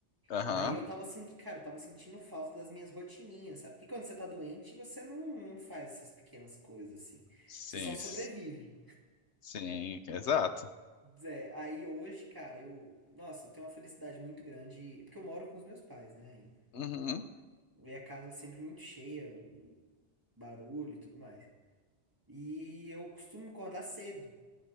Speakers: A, on the left; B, on the right.
A: Aham.
B: E daí eu tava sentindo, cara, eu tava sentindo falta das minhas rotininhas, sabe? Porque quando você tá doente, você não, não faz essas pequenas coisas assim.
A: Sim.
B: Você só sobrevive.
A: s- Sim, exato.
B: é aí hoje, cara, eu, nossa, eu tenho uma felicidade muito grande, porque eu moro com os meus pais, né, ainda.
A: Uhum.
B: E a casa é sempre muito cheia. barulho e tudo mais. E eu costumo acordar cedo,